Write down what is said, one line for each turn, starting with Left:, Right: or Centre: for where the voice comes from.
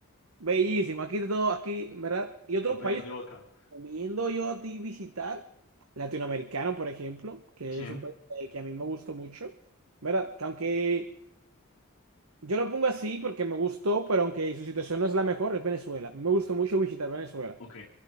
Right: bellísimo, aquí de todo, aquí, ¿verdad? Y otros
Left: A pedir
Right: países
Left: de
Right: que
Left: boca.
Right: recomiendo yo a ti visitar, latinoamericano, por ejemplo, que
Left: Sí,
Right: es un país eh, que a mí me gustó mucho, ¿verdad? Que aunque yo lo pongo así porque me gustó, pero aunque su situación no es la mejor, es Venezuela. Me gustó mucho visitar Venezuela.
Left: ok.